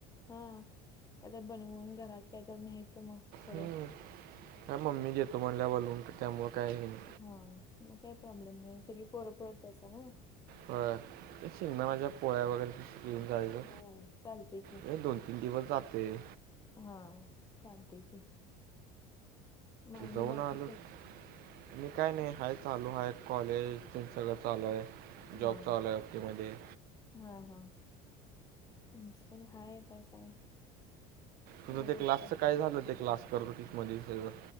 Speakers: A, on the left; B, on the right.
A: हा, नाहीतर बनवून घरात कायतरी न्यायचं मग. थोडं
B: हम्म, काय मम्मी देतो म्हणल्या बनवून त्यामुळे काय हे नाही.
A: हा, मग काय प्रॉब्लेम नाही सगळी पोरं पोर च हायसा नवा.
B: हो, शेंगदाण्याच्या पोळ्या वगैरेन घेऊन जायचं
A: हो चालते की
B: हे दोन. दिवस जातेय.
A: हा चालते की, मग आणि
B: जाऊन
A: बाकीचं
B: आलो. आणि काय नाही, हाय चालू हाय कॉलेज ते सगळं चालू आहे. जॉबचा
A: हा
B: आलाय ओकेमध्ये.
A: हा हा, आमचं पण हाय आता काय.
B: तुझं
A: दररोजचं
B: ते क्लासचं काय झालं ते क्लास करत होतीस मध्ये सगळं.